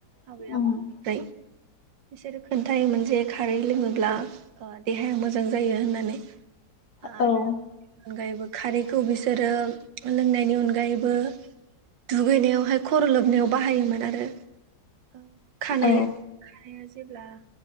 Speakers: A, on the left; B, on the right.
A: उम
B: आबै आबौमोननि फाय बिसोरो खोनथाइ मोनसेे खारै लोङोब्ला देहाया मोजां जायो होनना नै आरो
A: औ
B: बेनि अनगायैबो खारैखौ बिसोरो लोंनायनि अनगायैबो दुगैनायावहाय खर' लोबनायाव बाहायोमोन आरो ओ खानाय
A: औ
B: <unintelligible> जेब्ला